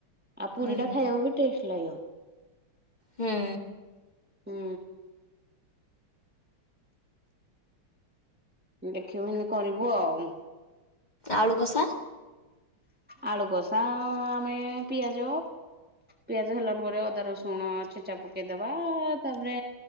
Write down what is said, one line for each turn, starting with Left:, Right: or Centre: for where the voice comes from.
Centre: ଆଉ ପୁରୀ
Left: ହୁଁ
Centre: ଟା ଖାଇବାକୁ ବି ଟେଷ୍ଟ ଲାଗିବ।
Left: ହୁଁ
Centre: ହୁଁ। ଦେଖିବୁ ଏମିତି କରିବୁ ଆଉ।
Left: ଆଳୁ କଷା?
Centre: ଆଳୁ କଷା ଆମେ ପିଆଜ ପିଆଜ ହେଲା ପରେ ଅଦା ରସୁଣ ଛେ ଚା ପକେଇଦବା ତାପରେ